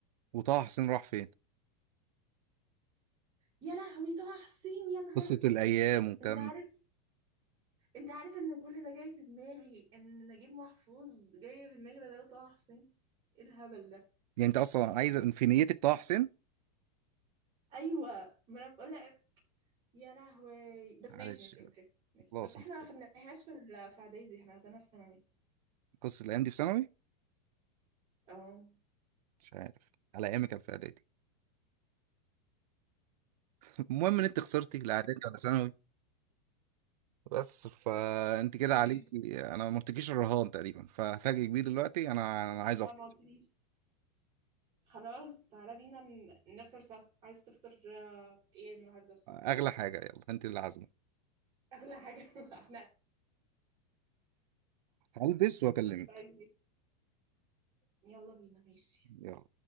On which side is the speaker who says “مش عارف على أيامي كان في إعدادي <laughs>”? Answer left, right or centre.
Right